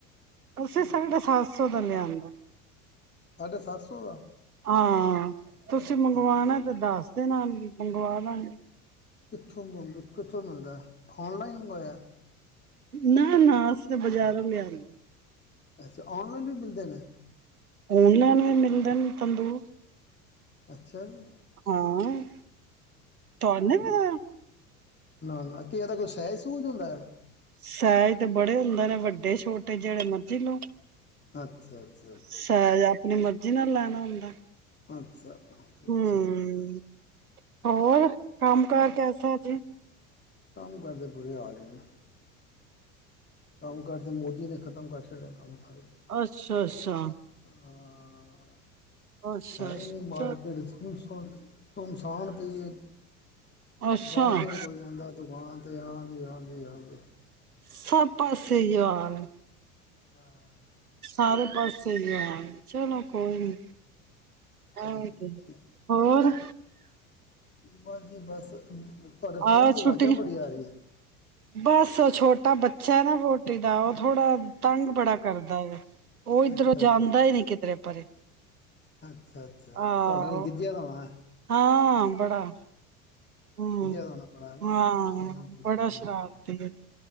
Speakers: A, on the right; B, on the left.
A: ਅਸੀਂ ਸਾਡਾ ਸਤ ਸੌ ਦਾ ਲਿਆਂਦਾ
B: ਸਾਢੇ ਸੱਤ ਸੌ ਦਾ
A: ਹਾਂ ਤੁਸੀਂ ਮੰਗਵਾਣਾ
B: ਅੱਛਾ
A: ਤੇ ਦੱਸ ਦੇ ਨਾਲ ਮੰਗਵਾ ਲਣ
B: ਕਿੱਥੋਂ ਕਿੱਥੋਂ ਮਿਲਦਾ ਔਨਲਾਈਨ ਮੰਗਵਾਇਆ
A: ਨਾ ਨਾ ਅਸੀ ਤਾਂ ਬਾਜ਼ਾਰੋਂ ਲਿਆ ਰ ਆ
B: ਅੱਛਾ ਔਨਲਾਈਨ ਵੀ ਮਿਲਦੇ ਨੇ
A: ਔਨਲਾਈਨ ਵੀ ਮਿਲਦੇ ਨੇ ਤੰਦੂ
B: ਅੱਛਾ ਜੀ
A: ਹਾਂ ਤ ਨ
B: ਠੀਕ
A: ਪਤਾ
B: ਨਾ ਨਾ ਕੀ ਇਹਦਾ ਕੋਈ ਸਹਿਜ ਸੂਝ ਹੁੰਦਾ ਹੈ
A: ਸਹਿਜ ਤੇ ਬੜੇ ਹੁੰਦੇ ਨੇ ਵੱਡੇ ਛੋਟੇ ਜਿਹੜੇ ਮਰਜੀ ਲਓ
B: ਅੱਛਾ ਅੱਛਾ
A: ਸ ਆਪਣੀ ਮਰਜੀ ਨਾਲ ਲੈਣਾ ਪਣਾ ਹੁੰਦਾ
B: ਪੰਜ ਸ
A: ਹੂੰ
B: ਠੀਕ
A: ਹੋਰ ਕੰਮ ਕਾਰ ਕੈਸਾ ਜੇ
B: ਕੰਮ ਕਰਦੇ ਬੁਰੇ ਹਾਲ ਹੀ ਨੇ ਕੰਮ ਕਰਦੇ ਮੋਦੀ ਨੇ ਖ਼ਤਮ ਕਰ ਛਡਿਆ ਕੰਮ ਸਾਰੇ
A: ਅੱਛਾ ਅੱਛਾ
B: ਹਾਂ
A: ਅੱਛਾ
B: ਹੈ
A: ਅੱਛਾ
B: ਹੀ ਨਹੀਂ ਮਾਰਕੀਟਥ ਸੋ ਤ ਇਨਸਾਨ ਪ ਜ
A: ਅੱਛਾ
B: ਗਜਰੇ ਕੋਈ ਆਦਾ ਦੁਕਾਨ ਹਾਂ ਹਾਂਜੀ ਹਾਂਜੀ ਹਾਂਜੀ।
A: ਸਭ ਪਾਸੇ ਹੀ ਆ ਹਾਲ।
B: ਹਾਂ।
A: ਸਾਰੇ ਪਾਸੇ ਸਹੀ ਆ ਚਲੋ ਕੋਈ ਨਹੀਂ।
B: ਠੀਕ
A: ਆਹ
B: ਹੈ ਠੀਕ
A: <unintelligible> ਹੋਰ।
B: ਬਸ ਜੀ ਬਸ। ਤੁਹਾਡੇ
A: ਆਓ
B: ਫੋਨ ਚ ਆਵਾਜ਼ਾਂ
A: ਛੁੱਟੀ
B: ਬੜੀ ਆ ਰਹੀ ਆ।
A: ਬਸ ਉਹ ਛੋਟਾ ਬੱਚਾ ਨਾ ਵਹੁਟੀ ਦਾ ਉਹ ਥੋੜਾ ਤੰਗ ਬੜਾ ਕਰਦਾ ਵਾ। ਉਹ ਇੱਧਰੋਂ
B: ਅੱਛਾ
A: ਜਾਂਦਾ ਹੀ ਨਹੀਂ ਕਿਧਰੇ ਪਰੇ।
B: ਅੱਛਾ-ਅੱਛਾ
A: ਆਹੋ
B: ਤੁਹਾਡੇ ਨਾਲ ਗਿੱਝਿਆ ਦਾ ਹੋਣਾ ਐ।
A: ਹਾਂ ਬੜਾ ਹੂੰ
B: ਦਾ ਹੋਣਾ ਬੜਾ ਹੈ ਨਾ
A: ਹਾਂ
B: ਹੂੰ
A: ਬੜਾ
B: ਹੂੰ
A: ਸ਼ਰਾਰਤੀ ਆ।